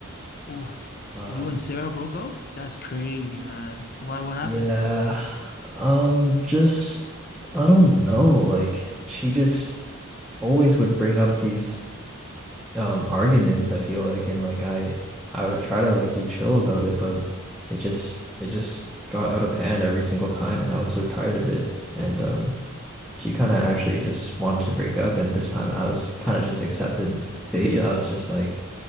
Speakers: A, on the left; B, in the centre.
A: Oh,
B: Um,
A: you and Sarah broke up? That's crazy, man. Why? What happened?
B: yeah, um, just I don't know. Like, she just always would bring up these um arguments I feel like and like I I would try to like be chill about it but it just it just got out of hand every single time and I was so tired of it and um she kind of actually just wanted to break up and this time I was kind of just accepted fate I was just like